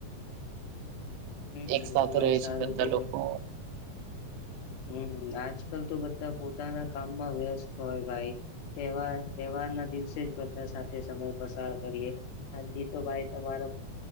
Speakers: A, on the left; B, on the right.
A: હમ્મ
B: એક સાથે
A: તો ભાઈ
B: રહે
A: સારું
B: છે બધા
A: કીધું.
B: લોકો
A: હમ્મ આજ કાલ તો બધા પોતાના કામમાં વ્યસ્ત હોય ભાઈ તેવાર તહેવાર ના દિવસે જ બધા સાથે સમય પસાર કરીએ આજની તો ભાઈ તમારો